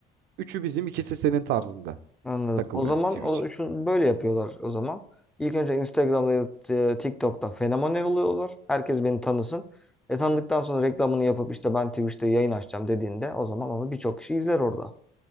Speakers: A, on the right; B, in the centre.
A: üçü bizim, ikisi senin tarzında
B: Anladım.
A: takılıyor
B: O zaman
A: Twitch.
B: o şunu böyle yapıyorlar o zaman. İlk önce Instagram'da ya da, e, TikTok'ta fenomen oluyorlar. Herkes beni tanısın. E tanıdıktan sonra reklamını yapıp işte ben Twitch'te yayın açacağım dediğinde o zaman onu birçok kişi izler orada.